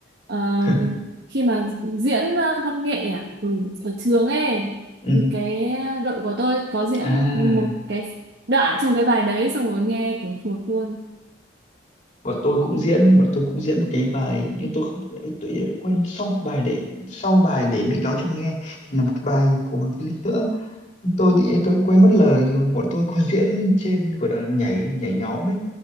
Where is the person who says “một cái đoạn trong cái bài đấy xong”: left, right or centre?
Right